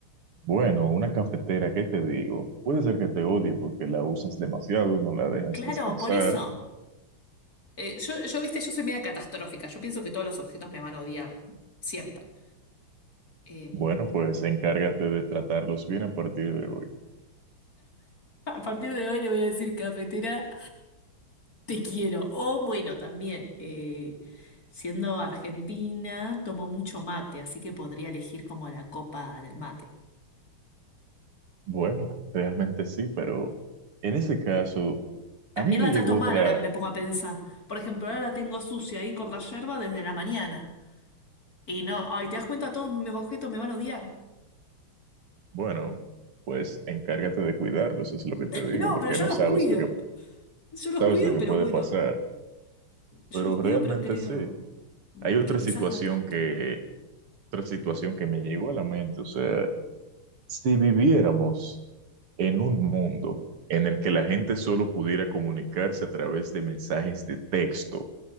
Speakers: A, on the right (about 85°); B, on the left (about 40°).
A: bueno, una cafetera, ¿qué te digo? Puede ser que te odie porque la usas demasiado, no la dejas
B: Claro,
A: descansar.
B: por eso. Eh, yo, yo, viste, yo soy media catastrófica. Yo pienso que todos los objetos me van a odiar, siempre. Eh,
A: Bueno, pues encárgate de tratarlos bien a partir de hoy.
B: A partir de hoy le voy a decir cafetera, te quiero. o bueno, también, eh, siendo argentina, tomo mucho mate, así que podría elegir como la copa del mate.
A: Bueno, realmente sí, pero en ese caso,
B: También
A: a mí me
B: la
A: llegó
B: trato mal
A: otra,
B: ahora que me pongo a pensar. Por ejemplo, ahora la tengo sucia ahí con la yerba desde la mañana. Y no, ay, ¿te das cuenta? Todos mis objetos me van a odiar. <laughs>
A: bueno, pues encárgate de cuidarlos, es lo que te
B: No,
A: digo, porque
B: pero yo
A: no
B: los
A: sabes
B: cuido.
A: lo que,
B: Yo los
A: sabes
B: cuido,
A: lo que
B: pero
A: puede
B: bueno.
A: pasar.
B: Yo
A: Pero
B: los cuido,
A: realmente
B: pero creo
A: sí.
B: mm,
A: Hay otra
B: que quizás
A: situación
B: no tanto.
A: que, otra situación que me llegó a la mente, o sea. Si viviéramos en un mundo en el que la gente solo pudiera comunicarse a través de mensajes de texto